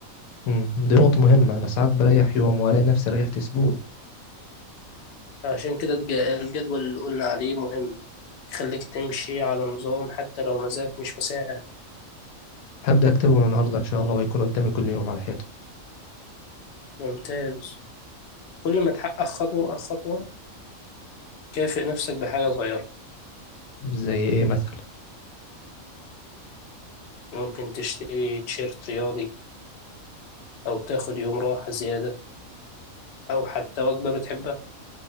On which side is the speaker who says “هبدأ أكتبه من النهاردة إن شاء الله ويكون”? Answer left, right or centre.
Left